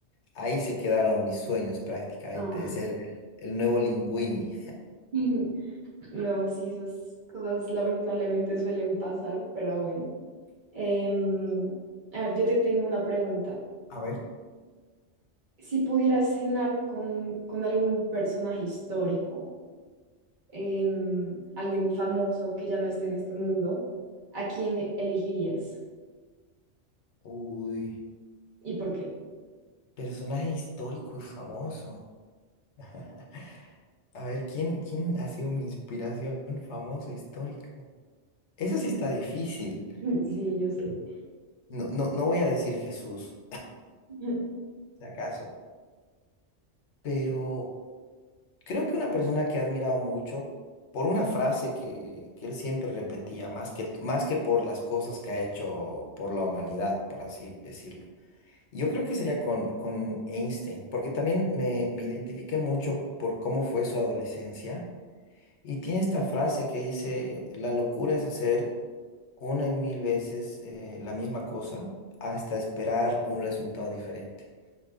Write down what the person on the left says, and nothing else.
ahí se quedaron mis sueños prácticamente
de ser el, el nuevo Linguini.
A ver.
Uy,
personaje histórico y famoso. <laughs> A ver, ¿quién, quién ha sido mi inspiración famoso histórico? Eso sí está difícil.
No, no, no voy a decir Jesús,
si acaso, pero... Creo que una persona que he admirado mucho por una frase que, que él siempre repetía, más que, más que por las cosas que ha hecho por la humanidad, por así decirlo. Yo creo que sería con, con Einstein, porque también me, me identifiqué mucho por cómo fue su adolescencia. Y tiene esta frase que dice, la locura es hacer una y mil veces eh, la misma cosa hasta esperar un resultado diferente.